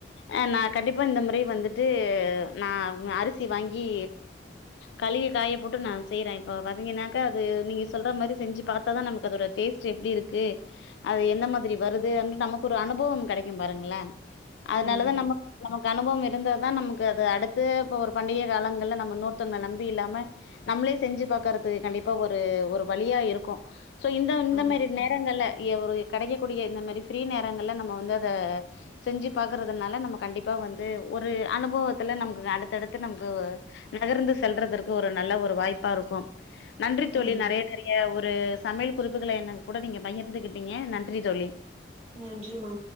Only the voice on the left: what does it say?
ஆ நா கண்டிப்பா இந்த முறை வந்துட்டு நா உ அரிசி வாங்கி கழுவி காய போட்டு நா செய்றே இப்ப பாத்தீங்கனாக்கா அது நீங்க சொல்ற மாரி செஞ்சு பாத்தாதா நமக்கு அதோட டேஸ்ட் எப்டி இருக்கு அது என்ன மாதிரி வருதுனுட்டு நமக்கு ஒரு அனுபவம் கெடைக்கும் பாருங்களே அதனாலதா
நம்ம நமக்கு அனுபவம் இருந்தா தா நமக்கு அது அடுத்து இப்ப ஒரு பண்டிகை காலங்கள்ல நம்ம இன்னோர்த்தங்ள நம்பி இல்லாம நம்மளே செஞ்சு பாக்கறது கண்டிப்பா ஒரு ஒரு வழியா இருக்கு சோ இந்த இந்த
மாரி நே ரங்கள்ல அ ஒரு கெடைக்கக்கூடிய இந்த மாரி ஃப்ரீ நேரங்கள்ல நம்ம வந்து அத செஞ்சு பாக்கறதுனால நம்ம கண்டிப்பா வந்து ஒரு அனுபவத்துல நமக்கு அடுத்தடுத்து நமக்கு நகர்ந்து செல்றதுற்கு ஒரு நல்ல ஒரு வாய்ப்பா இருக்கும் நன்றி தோழி
நெறைய நெறைய ஒரு சமையல் குறிப்புகள என்னன் கூட நீங்க பகிர்ந்துகிட்டீங்க நன்றி தோழி